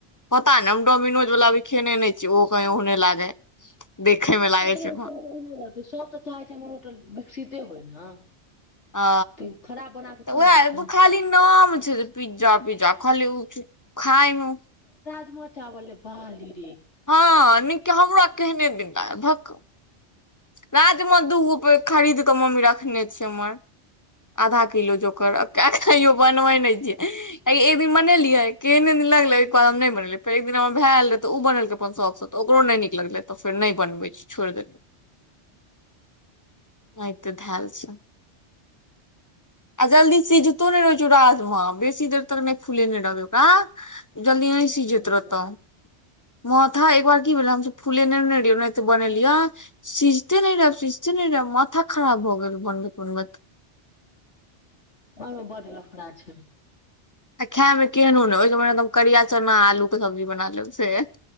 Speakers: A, on the left (about 20°); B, on the left (about 85°).
A: पता ने हम डोमिनोज वालला भी खेने नहि छीियै ओहो कही होने लागे देखे मे लागे
B: रहै
A: छै
B: सब तऽ चाहै छै हमर होटल विकसिते होय ने
A: आ
B: तऽ खराब बना कऽ
A: तऽ
B: थोड़े देतै
A: ओ खाली नाम छै पिज्जा पिज्जा खाली खायमे
B: म चा बल बालिय
A: हँ निका हम मु र क ह नहि दन्द भक राजमे दूगो प खरीद कऽ मम्मी रखने छ हमर आधा किलो जोकयो बनबै नहि छियि एक दिन मनेलियै के गलार बन फेर एक दिन हमर भयल रहे तऽ ओ बनेलकै अपन शौक तऽ ओकरो नहि नीक ललै तऽ फेर नहि बनबै छोड़ देल न तऽ धेल छै आ जल्दी सिझतो नहि रहै छौ राजमे बेसी देर तक नहि फूलेने रहबै ओकरा जल्दी नहि सी
B: सिझाइ
A: जैत
B: छै
A: रह
B: राजमा
A: तऽ मथा एक बार की भेल हमस फूलेने ने र त बनेलिय सिझते नहि रहब सिझते नहि रहब माथा खराब भ गेल बनबैत बनबैत
B: ओमे बड लफड़ छै
A: आ खाय मे केहन ने ओहि एकदम करिया चना आलू के सब्जी बना लेब से